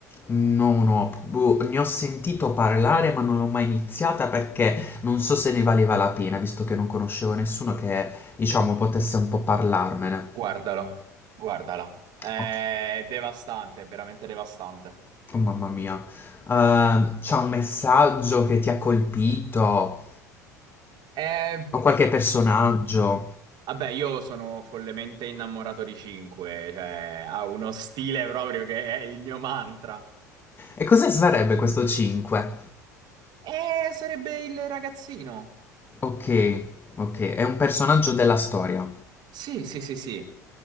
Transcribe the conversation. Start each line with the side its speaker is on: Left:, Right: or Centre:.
Left: No, no, boh, ne ho sentito parlare ma non l'ho mai iniziata perché non so se ne valeva la pena, visto che non conoscevo nessuno che, diciamo, potesse un po' parlarmene.
Right: Guardalo, guardala. È
Left: Ok,
Right: devastante, è veramente devastante.
Left: oh, mamma mia. Eh, c'è un messaggio che ti ha colpito?
Right: Eh,
Left: O qualche personaggio?
Right: Vabbè, io sono follemente innamorato di 5, cioè ha uno stile proprio che è il mio mantra.
Left: E cosa sarebbe questo 5?
Right: E sarebbe il ragazzino.
Left: Ok, ok, è un personaggio della storia.
Right: Sì, sì, sì, sì.